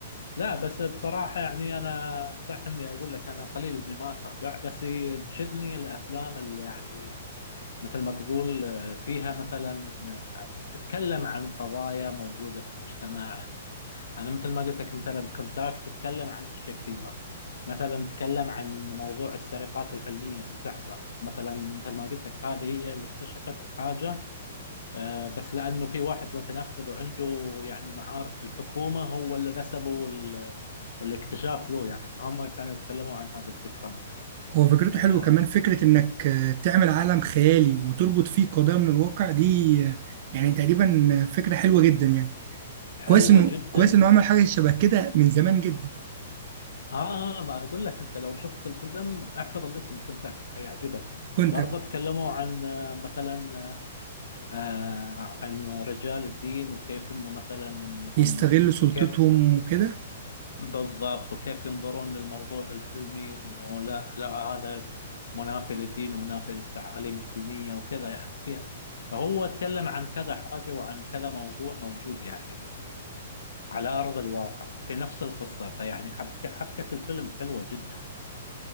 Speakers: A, on the left; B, on the right.
A: لا بس بصراحه يعني انا صح اني اقول لك انا قليل اني ما اتابع بس تشدني الافلام اللي يعني مثل ما تقول آه، فيها مثلا آه، بتتكلم عن قضايا موجودة في المجتمع أنا مثل ما قلت لك مثلا كونتاكت تتكلم عن أشياء كثيرة مثلا تتكلم عن موضوع السرقات العلمية اللي تحصل مثلا مثل ما قلت لك هذه هي اللي اكتشفت الحاجة آه، بس لأنه في واحد متنفذ وعنده يعني معارف بالحكومة هو اللي نسبوا ال- الاكتشاف له يعني فهم كانوا يتكلموا عن هذه الفكرة مثلا
B: هو فكرته
A: آه،
B: حلوة كمان فكرة انك آه، تعمل عالم خيالي وتربط فيه قضايا من الواقع دي آه، يعني تقريبا فكرة حلوة جدا يعني
A: حلوة
B: كويس انه
A: جدا
B: كويس انه عمل حاجه شبه كده من زمان جدا
A: اه ما اقول لك انت لو شفت الفيلم احفظ الاسم كونتاكت حيعجبك
B: كونتاكت
A: برضه تكلموا عن آه، مثلا آه، عن رجال الدين وكيف انه مثلا انهم
B: يستغلوا سلطتهم
A: كيف
B: وكده
A: بالضبط وكيف ينظرون للموضوع العلمي انه لا لا هذا منافي للدين ومنافي للتعاليم الدينية وكذا يعني فيها فهو تكلم عن كذا حاجة وعن كذا موضوع موجود يعني في ال- على أرض الواقع في نفس القصة فيعني حبكة حبكة الفيلم حلوة جدا